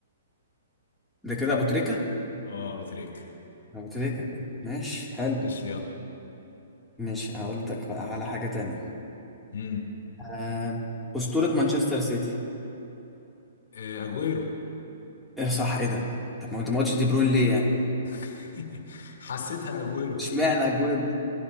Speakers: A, in the centre; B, on the left.
A: ده كده ابو تريكه
B: اه ابو تريك
A: ابو تريكه ماشي حلو
B: خش يلا
A: ماشي هقول لك بقى على حاجه تانية
B: امم
A: آه اسطوره مانشستر سيتي
B: آه، اجويرو
A: ايه صح ايه ده طب ما انت ما قلتش دي بروين ليه يعني
B: <laughs> حسيتها اجويرو كده
A: اشمعنى اجويرو